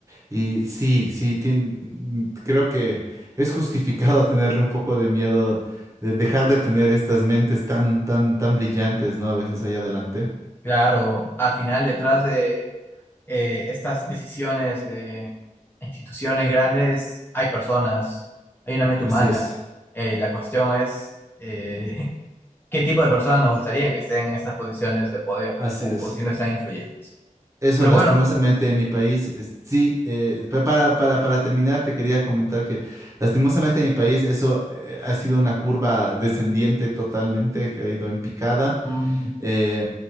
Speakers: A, on the right; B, on the left.
A: y sí, sí, tien- creo que es justificado tenerle un poco de miedo de dejar de tener estas mentes tan, tan, tan brillantes, ¿no? A veces allá adelante.
B: Claro, al final detrás de eh, estas decisiones de instituciones grandes, hay personas, hay una mente
A: Así
B: humana.
A: es,
B: Eh, la cuestión es eh, <laughs> qué tipo de personas nos gustaría que estén en estas posiciones de poder
A: así
B: o
A: es.
B: posiciones tan influyentes.
A: Eso,
B: Pero
A: lastimosamente,
B: bueno,
A: en mi país, es- sí, eh, pa- para, para, para terminar, te quería comentar que lastimosamente en mi país eso eh, ha sido una curva descendiente totalmente, que ha ido en picada.
B: mm,
A: Eh,